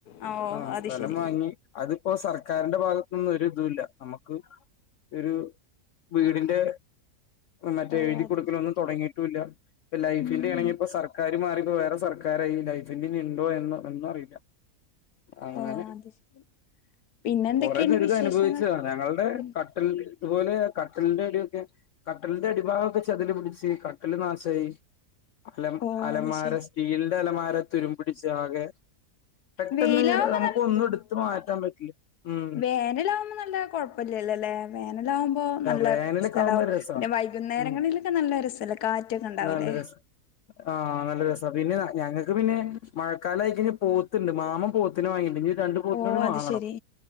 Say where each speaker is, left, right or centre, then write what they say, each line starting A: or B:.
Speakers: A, on the left; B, on the left.
A: ആ ഓ
B: ആഹ്
A: അത്
B: സ്ഥലം
A: ശരി
B: വാങ്ങി അതിപ്പോ സർക്കാരിന്റെ ഭാഗത്തൊന്നും ഒരിതില്ല നമുക്ക് ഒരു വീടിന്റെ മറ്റേ
A: ഓ
B: എഴുതി
A: അത്
B: കൊടുക്കലൊന്നും
A: ശരി
B: തുടങ്ങിയിട്ടുല്ല ലൈഫിന്റെ
A: ഉം
B: ആണെങ്കി ഇപ്പ സർക്കാർ മാറിപ്പോ വേറെ സർക്കാരായി ലൈഫിന്റെ ഉണ്ടോ എന്നോ ഒന്നും അറിയില്ല അങ്ങനെ
A: ഓ അത് ശരി പിന്നെ എന്തൊക്കെയുണ്ട്
B: കൊറെ ദുരിത
A: വിശേഷങ്ങൾ
B: അനുഭവിച്ചതാണ് ഞങ്ങളുടെ
A: ഉം
B: കട്ടിൽ ഇതുപോലെ കട്ടലിന്റെ അടിയൊക്കെ കട്ടലിന്റെ അടിഭാഗം ഒക്കെ ചിതല് പിടിച്ച് കട്ടല് നാശമായി അല
A: ഓ
B: അലമാര
A: അത് ശരി
B: സ്റ്റീലിന്റെ അലമാര തുരുമ്പ് പിടിച്ച് ആകെ പെട്ടെന്ന്
A: വെയിലാവുമ്പോ
B: നമുക്ക് ഒന്നും എടുത്ത് മാറ്റാൻ പറ്റില്ല ഉം
A: വേനലാകുമ്പോ നല്ല കൊഴപ്പല്ലല്ലൊ അല്ലേ വേനലാകുമ്പോ നല്ല
B: വേനലൊക്കെ
A: സ്ഥലവും
B: ആകുമ്പോ രസാ
A: പിന്നെ വൈകുന്നേരങ്ങളിലൊക്കെ
B: ഉം
A: നല്ലരസല്ലേ കാറ്റൊക്കെ ഉണ്ടാവില്ലേ
B: നല്ല രസ ആഹ് നല്ല രസ പിന്നെ ഞങ്ങക്ക് പിന്നെ മഴക്കാല ആയി കഴിഞ്ഞ പോത്തുണ്ട് മാമൻ പോത്ത് ത്തിന് വാങ്ങിയിണ്ട് ഇനി രണ്ട് പോത്തിനെ
A: ഓ
B: കൂടെ
A: അത്
B: വാങ്ങണം
A: ശരി